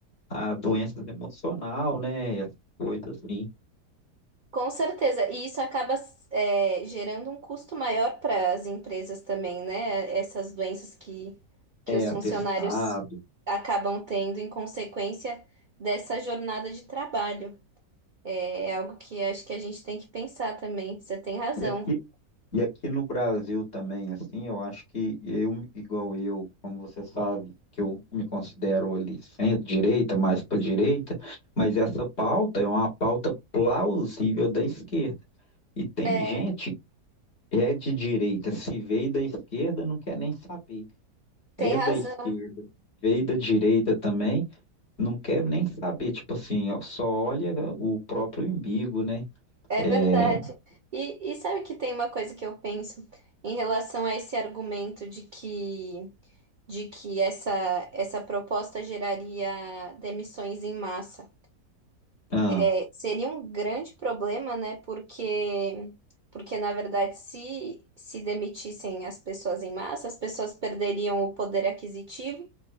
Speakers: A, on the left (about 40°); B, on the right (about 70°).
A: a doenças emocional, né? Coisas assim.
B: Com certeza, e isso acaba é, gerando um custo maior para as empresas também, né? Essas doenças que, que
A: É,
B: os
A: atestado
B: funcionários acabam tendo em consequência dessa jornada de trabalho. É, é algo que acho que a gente tem que pensar também. Você tem razão.
A: E aqui, e aqui no Brasil também, assim, eu acho que eu, igual eu, como você sabe, que eu me considero ali centro-direita, mais para direita, mas essa pauta é uma pauta plausível da esquerda. E tem
B: É,
A: gente que é de direita, se veio da esquerda, não quer nem saber.
B: tem
A: É
B: razão.
A: da esquerda, veio da direita também, não quer nem saber. Tipo assim, ó, só olha o próprio umbigo, né?
B: É
A: É.
B: verdade. E, e sabe que tem uma coisa que eu penso em relação a esse argumento de que, de que essa, essa proposta geraria demissões em massa.
A: Ah,
B: É, seria um grande problema, né? Porque, porque na verdade, se, se demitissem as pessoas em massa, as pessoas perderiam o poder aquisitivo.